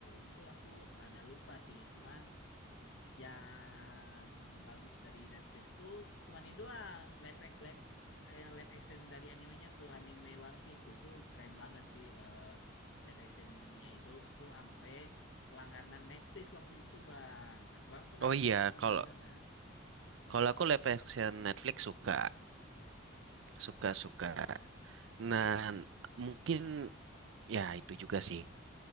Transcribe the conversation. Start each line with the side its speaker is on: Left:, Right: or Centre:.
Left: itu aku rada lupa sih. Cuman yang bagus dari Netflix tuh cuman ini doang live, ac- live, eh, live action dari animenya tuh anime One Piece tuh itu keren banget sih eh, live actionnya itu aku ampe langganan Netflix waktu itu bang bang pernah
Right: Oh iya,
Left: nonton
Right: kalau
Left: juga nggak
Right: kalau aku live action Netflix suka, suka suka. Nah, mungkin ya itu juga sih.